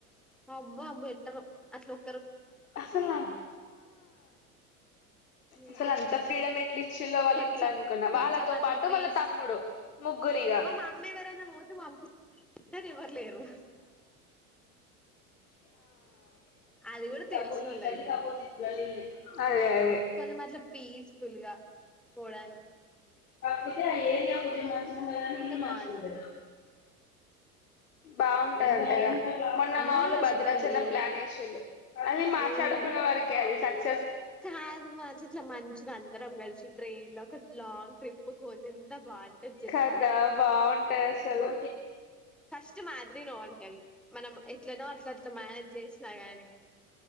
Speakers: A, in the centre; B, on the left (about 75°).
A: అబ్బా అబ్బ ఎట్టారు అట్లు ఒ
B: అసలు
A: నిజం
B: అసలు అంత ఫ్రీడ ఎట్లు ఇచ్చిలోో వాళ్ళ
A: కొంచెం
B: ఇంట్లో అనుకున్న
A: కొంచెం
B: వాళ్ళతో
A: అట్లా
B: పాటు
A: పీస్
B: వాళ్ళ తమ్ముడు ముగ్గురిగా
A: మా మమ్మీ ఎవరన్నా పోతే పంపిస్తది కానీ ఎవరు లేరు అది కూడా తెలిసినోళ్ళు
B: పో ఈ వెళ్లికిబపోద్ది
A: అయితేనే
B: వెళ్ల్ అదే అదే
A: కొంచెం అట్లా పీస్ఫుల్ గా పోవడానికి
B: అయితే ఆ ఏరియాకితే మంచిగా ఉండదు కానీ
A: పోతే
B: ఇ మంచి
A: బాగుండు
B: ఉంటది బాగు అట్ట అంట మొన్న
A: ఆ
B: మాముళ్లు భద్రాచలం
A: సూపర్ ఉంటది
B: ప్లాన్ వేసేళ్ళు అది మాట్లాడుకునే
A: ఉమ్
B: వారికి అది స
A: కాదు మంచి ఇట్లా మంచిగా అందరం కలిసి ట్రైన్ లో ఒక లాంగ్ ట్రిప్ పోతే ఎంత బాగుంటది చెప్పు
B: కదా బాగుంటాయి అసలు
A: ఫస్ట్ మాదిరి నో అంటుది మనం ఎట్లనో అట్లా అట్లా మేనేజ్ చేసినా గాని